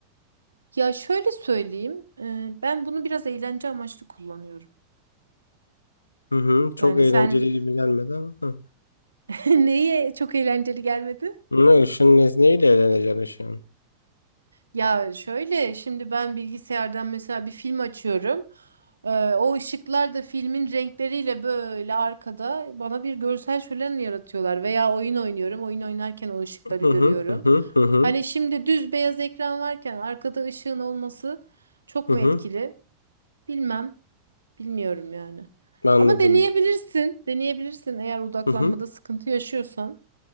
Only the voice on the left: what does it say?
Hı hı, çok
eğlenceli
gibi gelmedi ama. Hı.
Ne ışığın nezneyle eğleneceksin ışığın.
Hı
hı hı hı hı hı.
hı
hı.
Anladım.
Hı hı